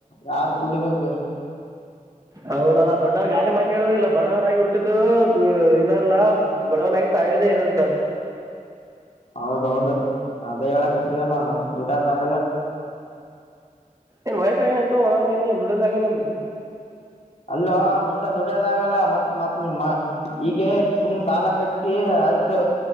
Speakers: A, on the left; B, on the right.
A: ಯಾರ ದುಡಿಬೇಕಕ
B: ಹೌದಣಾ ದೊಡ್ಡವ್ರಗ ಆ ಮಾತಾ ಹೇಳೋದದಿಲ್ಲ ಬಡವನಾಗಿಟ್ಟ ಇದಲ್ಲ ಬಡವನಾಗಿ ಸಾಯದೆ ಇದಂತ ಹಾಂ <unintelligible>
A: ಹೌದೌದು ಅದೇ ಹೇಳಕದನಲ್ಲ ಮತ್ತ ದುಡೇದ ಅದಾಗಲ್ಲ
B: ಏನ್ ವಯಸ್ಸಾಗ ಅಂತ ಹೋಳ ನೀನ್ ಏನ್ ದುಡೋದ ಆಗಲ್ಲ ಅಂತ
A: ಅಲ್ಲವಾ ಮುಂದೆ ದುಡ್ಯದಾಗಲ್ಲ ಮತ್ತ್ ಮ ಈಗ ಸುಮ್ ಸಾಲ ಕಟ್ಟಿ ಆಯ್ತು